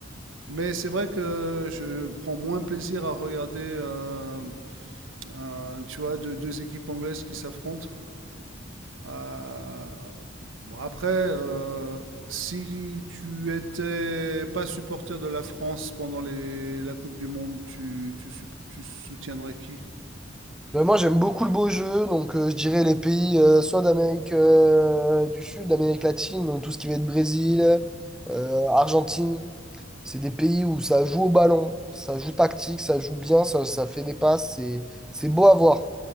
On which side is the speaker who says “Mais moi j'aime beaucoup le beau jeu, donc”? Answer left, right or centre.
Centre